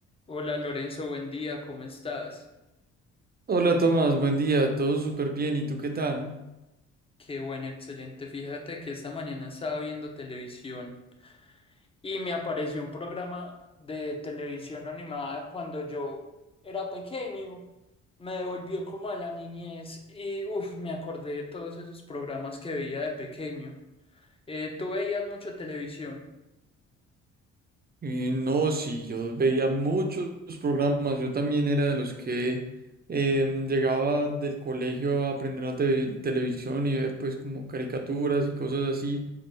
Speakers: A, on the left (about 20°); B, on the right (about 30°).
A: Hola Lorenzo, buen día, ¿cómo estás?
B: Hola Tomás, buen día, todo súper bien, ¿y tú qué tal?
A: Qué bueno, excelente. Fíjate que esta mañana estaba viendo televisión y me apareció un programa de televisión animada cuando yo era pequeño. Me devolvió como a la niñez y uff, me acordé de todos esos programas que veía de pequeño. Eh, ¿tú veías mucho televisión?
B: Eh, no, sí, yo veía muchos programas, yo también era de los que em, llegaba del colegio a aprender la te- televisión y ver pues como caricaturas y cosas así,